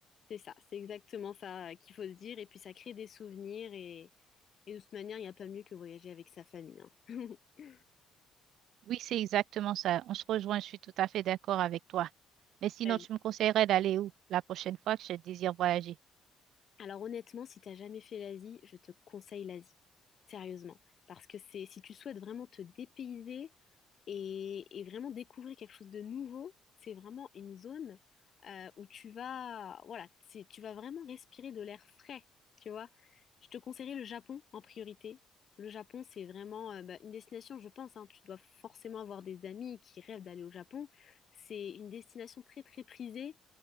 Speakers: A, on the left (about 45°); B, on the right (about 75°).
A: C'est ça, c'est exactement ça euh, qu'il faut se dire. Et puis, ça crée des souvenirs. Et, et de toute manière, il n'y a pas mieux que voyager avec sa famille. hein. <laughs>
B: Oui, c'est exactement ça. On se rejoint, je suis tout à fait d'accord avec toi. Mais sinon,
A: Euh,
B: tu me conseillerais d'aller où la prochaine fois que je désire voyager?
A: Alors, honnêtement, si t'as jamais fait l'Asie, je te conseille l'Asie. Sérieusement. Parce que c'est, si tu souhaites vraiment te dépayser, Et, et vraiment découvrir quelque chose de nouveau, c'est vraiment une zone euh, où tu vas, voilà, c'est- tu vas vraiment respirer de l'air frais, tu vois. Je te conseillerais le Japon en priorité. Le Japon, c'est vraiment euh, bah, une destination, je pense, hein, tu dois forcément avoir des amis qui rêvent d'aller au Japon. C'est une destination très, très prisée,